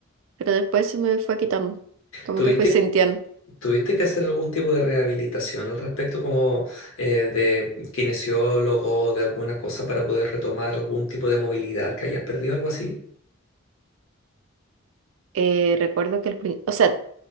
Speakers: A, on the right; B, on the left.
A: Pero después se me fue quitando, como
B: ¿Tuviste,
A: que fui sintiendo.
B: tuviste que hacer algún tipo de rehabilitación al respecto, como eh, de kinesiólogo o de alguna cosa para poder retomar algún tipo de movilidad que hayas perdido, algo así?
A: Eh, recuerdo que el, prin- o sea,